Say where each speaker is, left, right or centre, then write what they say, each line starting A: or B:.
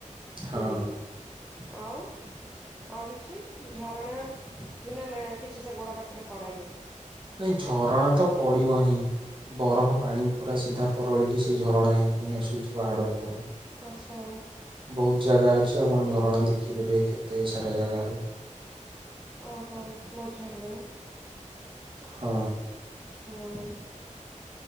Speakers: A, on the right; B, in the centre.
A: ହଁ।
B: ହୁଁ ଆଉ ଆଉ କିଛି ଝରଣା ନା ନା କିଛି ସେ ଗୁଡା ବାଟରେ ପଡେନି।
A: ନାଇ ଝରଣା ତ ପଡିବ ହିଁ ବରଫ ପାଣି ପୁରା ସିଧା ତରଳିକି ସେ ଝରଣା ହେଇ ଆସୁଛି ପାହାଡ ଉପରୁ
B: ଆଛା
A: ବହୁତ ଜାଗା ଅ ଆପଣ ଝରଣା ଦେଖିପାରିବେ କେତେ ସାରା ଜାଗାରୁ।
B: ଓହୋ ଭୋଜି ହେଲେ
A: ହଁ।
B: ହଉ।